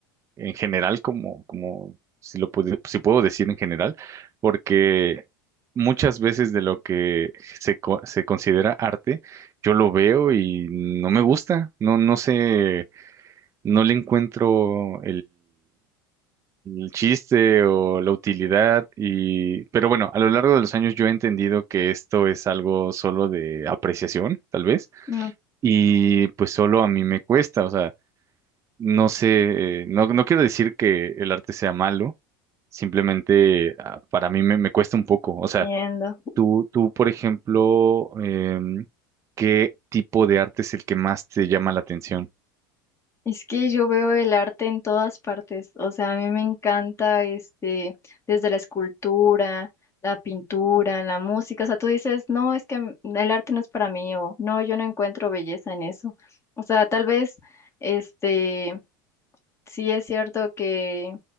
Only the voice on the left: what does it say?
No
entiendo.
Es que yo veo el arte en todas partes, o sea, a mí me encanta este, desde la escultura, la pintura, la música, o sea, tú dices, no, es que m- el arte no es para mí, o no, yo no encuentro belleza en eso. O sea, tal vez, este, sí es cierto que,